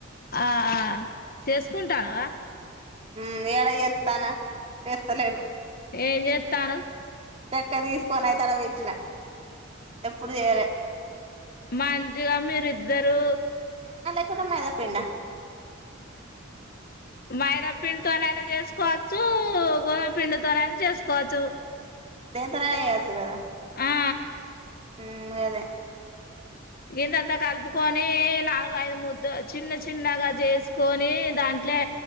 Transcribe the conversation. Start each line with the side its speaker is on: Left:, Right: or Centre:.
Left: ఆ ఆ చేసుకుంటానవా
Right: ఉ ఏడ చేత్తానా చేస్తలేను
Left: ఏమ్ జేత్తనవ్
Right: చెక్క తీసుకోనయితే ఆడబెట్టిన ఎప్పుడు చేయలే
Left: మంచిగా మీరిద్దరు
Right: <unintelligible> మైదాపిండా
Left: మైదా పిండితోనైనా చేసుకోవచ్చు గోధుమ పిండితోననా చేసుకోవచ్చు
Right: దేనితోనైనా చేయొచ్చు కదా
Left: ఆ
Right: ఉ గాదె
Left: ఇంతంతా కలుపుకొని నాలుగు ఐదు ముదు చిన్న చిన్నగా చేసుకొని దాంట్లే